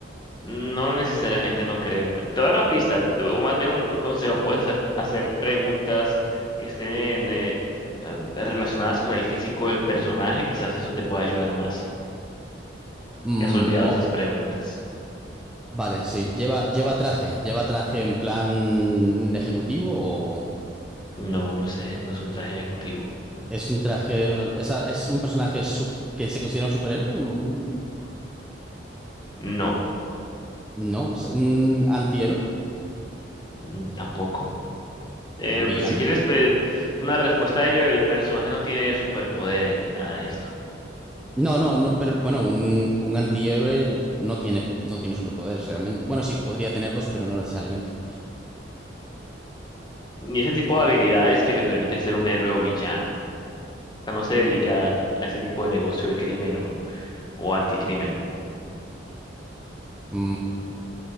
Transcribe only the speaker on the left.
No necesariamente, no creo, pero te voy a dar una pista, o más bien un, un consejo. Puedes hacer hacer preguntas que estén eh, em, relacionadas con el físico del personaje, quizás eso te pueda ayudar más.
¿Te has olvidado
esas preguntas?
No, no sé, no es un traje ejecutivo.
No,
mm, tampoco. Eh,
pues si quieres eh, una respuesta a ello, el personaje no tiene superpoderes ni nada de esto.
Ni ese tipo de habilidades que le permiten ser un héroe o villano. O sea, no se dedica a ese tipo de negocio del crimen o, o anticrimen.